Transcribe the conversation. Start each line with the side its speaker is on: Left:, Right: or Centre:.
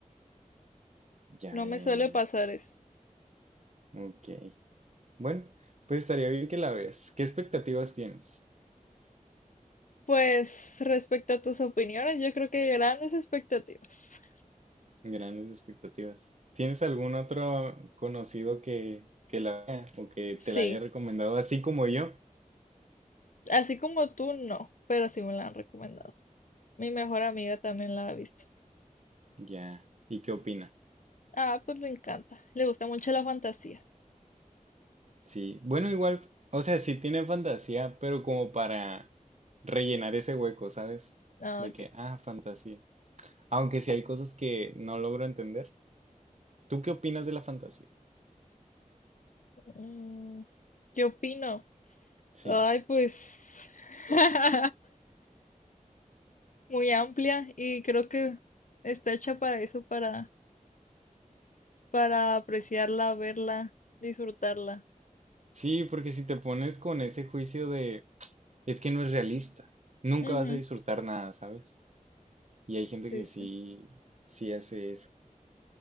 Right: Ya,
Left: no
Right: ya,
Left: me suele
Right: ya, ya.
Left: pasar
Right: ya.
Left: eso.
Right: Ok. Bueno, pues estaría bien que la veas. ¿Qué expectativas tienes?
Left: Pues respecto a tus opiniones, yo creo que grandes expectativas.
Right: Grandes expectativas. ¿Tienes algún otro conocido que, que la vea o que te
Left: Sí,
Right: la haya recomendado así como yo?
Left: así como tú, no, pero sí me la han recomendado. Mi mejor amiga también la ha visto.
Right: Ya. ¿Y qué opina?
Left: Ah, pues le encanta. Le gusta mucho la fantasía.
Right: Sí, bueno, igual, o sea, sí tiene fantasía, pero como para rellenar ese hueco, ¿sabes?
Left: Ah,
Right: De
Left: ok.
Right: que, ah, fantasía. Aunque sí hay cosas que no logro entender. ¿Tú qué opinas de la fantasía?
Left: Mm, ¿qué opino?
Right: Sí.
Left: Ay, pues... <laughs> muy amplia y creo que está hecha para eso, para, para apreciarla, verla, disfrutarla.
Right: Sí, porque si te pones con ese juicio de, es que no es realista, nunca
Left: Ujú,
Right: vas a disfrutar nada, ¿sabes? Y hay gente
Left: Sí,
Right: que
Left: sí.
Right: sí, sí hace eso.